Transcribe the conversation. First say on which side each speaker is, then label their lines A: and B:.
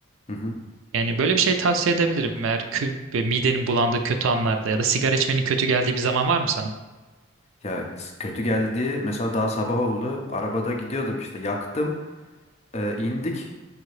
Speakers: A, on the left; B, on the right.
A: Hı hı.
B: Yani böyle bir şey tavsiye edebilirim eğer kö- ve midenin bulandığı kötü anlarda ya da sigara içmenin kötü geldiği bir zaman var mı sana?
A: Ya s- kötü geldi. Mesela daha sabah oldu. Arabada gidiyordum işte yaktım. Ee, indik.